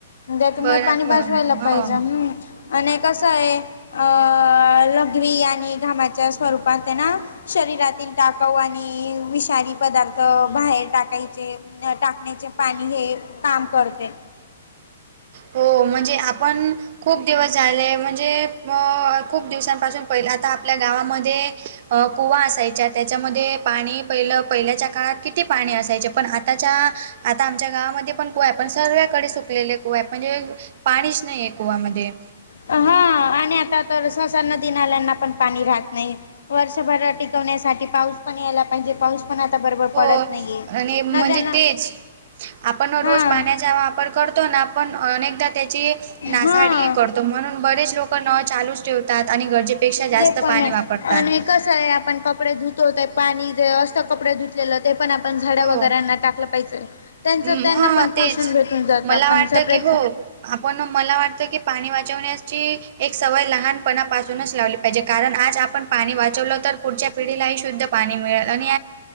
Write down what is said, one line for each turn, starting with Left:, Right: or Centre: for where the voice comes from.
Left: त्यातमुळे
Right: बरं
Left: पाणी
Right: बरं
Left: भाजवायला
Right: हो
Left: पाहिजे हम् आणि कसं आहे अ लघवी आणि घामाच्या स्वरूपात त्यांना शरीरातील टाकाव आणि विषारी पदार्थ बाहेर टाकायचे टाकण्याचे पाणी हे काम करते
Right: हो म्हणजे आपण खूप दिवस झाले म्हणजे खूप दिवसांपासून पहिले आता आपल्या गावामध्ये कुवा असायच्या त्याच्यामध्ये पाणी पहिलं पहिल्याच्या काळात किती पाणी असायचे पण आताच्या आता आमच्या गावामध्ये पण कोय पण सर्वकडे सु कलेले कुवा म्हणजे पाणीच नाही आहे कुवामध्ये
Left: हां आणि आता तर ससा नदी नाल्यांना पण पाणी राहत नाही वर्षभर टिकवण्यासाठी पाऊस पण यायला पाहिजे पाऊस पण आता बरोबर
Right: हो
Left: पडत नाही आहे
Right: आणि म्हणजे
Left: नद्यांना
Right: तेच आपण
Left: हां
Right: रोज पाण्याचा वापर करतो ना आपण अनेकदा त्याची नासाडी
Left: हां
Right: करतो म्हणून बरेच लोक नळ चालूच ठेवतात आणि गरजेपेक्षा जास्त
Left: ते पण
Right: पाणी
Left: आहे
Right: वापरतात
Left: आणि कसं आपण कपडे धुतोत पाणी जे असं कपडे धुलेलं ते पण ण झाड
Right: हो
Left: वगैरना टाकलं पाहिजे त्यांच
Right: हम्म
Left: त्यांना
Right: हा
Left: पण पोषण
Right: तेच
Left: घेून जात
Right: मला
Left: आपण
Right: वाटतं
Left: सपरेट
Right: की हो आपण मला वाटत की पाणी वाण्या सवय लहानपणापासूनच लावली पाहिजे कारण आज आपण पाणी वाचवलं तर पुढच्या पिढीलाही शुद्ध पाणी मिळेल आणि